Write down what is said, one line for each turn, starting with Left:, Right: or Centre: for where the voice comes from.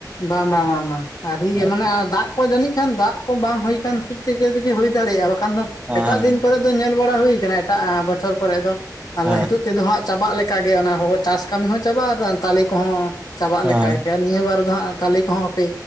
Left: ᱵᱟᱝ ᱵᱟᱝ ᱵᱟᱝ ᱚᱱᱟ ᱫᱚ ᱟᱹᱣᱨᱤ
Right: ᱦᱮᱸ
Left: ᱜᱮ, ᱢᱟᱱᱮ ᱫᱟᱜ ᱠᱚ ᱡᱟᱹᱱᱤᱡ ᱠᱷᱟᱱ ᱫᱟᱜ ᱠᱚ ᱵᱟᱝ ᱦᱩᱭ ᱟᱠᱟᱱ ᱠᱷᱟᱹᱛᱤᱨ ᱛᱮ ᱛᱮᱜᱮ ᱦᱩᱭ ᱫᱟᱲᱮᱭᱟᱜ-ᱟ, ᱵᱟᱠᱷᱟᱱ ᱫᱚ
Right: ᱦᱮᱸ
Left: ᱮᱴᱟᱜ ᱫᱤᱱ ᱠᱚᱨᱮ ᱫᱚ ᱧᱮᱞ ᱵᱟᱲᱟ ᱦᱩᱭᱩ ᱠᱟᱱᱟ ᱮᱴᱟᱜ ᱵᱚᱪᱷᱚᱨ ᱠᱚᱨᱮ ᱫᱚ ᱟ ᱱᱤᱛᱚᱜ
Right: ᱦᱮᱸ
Left: ᱛᱮᱫᱚ ᱦᱟᱸᱜ ᱪᱟᱵᱟᱜ ᱞᱮᱠᱟᱜᱮ ᱚᱱᱟ ᱪᱟᱥ ᱠᱟᱹᱢᱤ ᱦᱚᱸ ᱪᱟᱵᱟᱜᱼᱟ ᱟᱨ ᱛᱟᱞᱮ ᱠᱚᱦᱚᱸᱼᱼ ᱪᱟᱵᱟᱜ
Right: ᱦᱮᱸ
Left: ᱞᱮ ᱞᱮᱠᱟ ᱜᱮᱭᱟ ᱱᱤᱭᱟᱹ ᱵᱟᱨ ᱫᱚ ᱦᱟᱸᱜ ᱛᱟᱞᱮ ᱠᱚᱦᱚᱸᱯᱮ